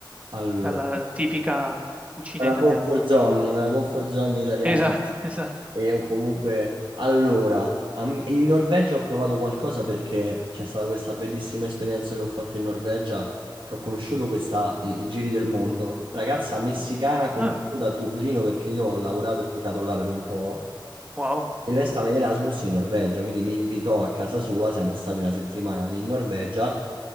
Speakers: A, on the right; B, on the right.
A: Allora.
B: dalla tipica cucina
A: Nella
B: italiana.
A: comfort zone, nella comfort zone italiana.
B: Esatto, <laughs> esatto.
A: E o comunque, allora, a me- in Norvegia ho provato qualcosa perché c'è stata questa bellissima esperienza che ho fatto in Norvegia, che ho conosciuto questa, i, i giri del mondo. Ragazza messicana conosciuta
B: Ah,
A: a Dublino perché io ho lavorato e abitato là per un po'.
B: wow.
A: E lei stava in Erasmus in Norvegia, quindi mi invitò a casa sua, siamo stati una settimana lì in Norvegia.